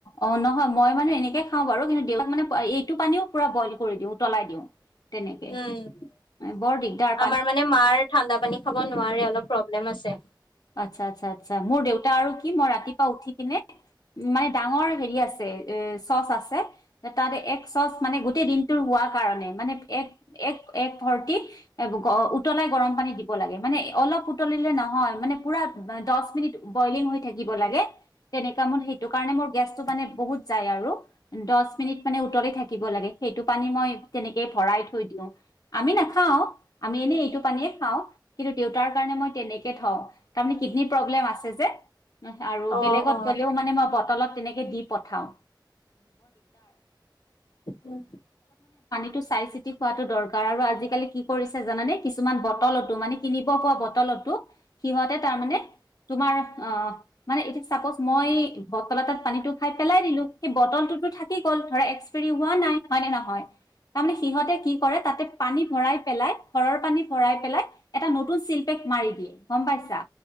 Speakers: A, on the left; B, on the left.
A: অ নহয় মই মানে এনেকে খাওঁ বাৰু কিন্তু দেউতাক মানে- এইটো পানীও পুৰা বইল কৰি দিওঁ উতলাই দিওঁ। তেনেকে
B: উম
A: বৰ দিগদাৰ পানী
B: আমাৰ মানে মাৰ ঠাণ্ডা পানী খাব নোৱাৰে অলপ প্ৰব্লেম আছে।
A: আচ্ছা আচ্ছা আচ্ছা। মোৰ দেউতা আৰু কি মই ৰাতিপোৱা উঠি কি - নে মানে ডাঙৰ হেৰি আছে এ চচ আছে তাৰে - চচ মানে গোটেই দিনটোৰ হোৱাত মানে এ এক ভৰ্তি উতলাই গৰম পানী দিব লাগে। মানে অলপ উটলিলে নহয়, মানে পুৰা দশ মিনিত বইলিং হৈ থাকিব লাগে, তেনে কামত সেইটো কাৰণে মোৰ গেছটো মানে বহুত যায় আৰু। দহ মিনিট মানে উতলি থাকিব লাগে। সেইটো পানী মই তেনেকে ভৰাই থৈ দিওঁ। আমি নাখাওঁ, আমি এনেই পানীয়ে খাওঁ। কিন্তু দেউতাৰ কাৰণে মই তেনেকে থওঁ তাৰে কিডনিৰ প্ৰব্লেম আছে যে। আৰু
B: অ
A: বেলেগত
B: অ
A: গ'লেও মানে মই বটলত, এনেকে দি পঠাও।
B: উম
A: চাই চিটি খোৱাটো দৰকাৰ। আৰু আজিকালি কি কৰিছে জানানে কিছুমান বটলতো মানে কিনিব পৰা বটল- সিহঁতে তাৰ মানে তোমাৰ আহ মানে চাপজ মই বটল এটাত পানীটো খাই পেলাই দিলো, সেই বটলতো থাকি গ'ল, ধৰা হোৱা নাই হয় নে নহয়। তাৰমানে সিহঁতে কি কৰে তাতে পানী ভৰাই পেলাই ঘৰৰ পানী ভৰাই পেলাই এটা নতুন ছিল পে - মাৰি দিয়ে গম পাইছা।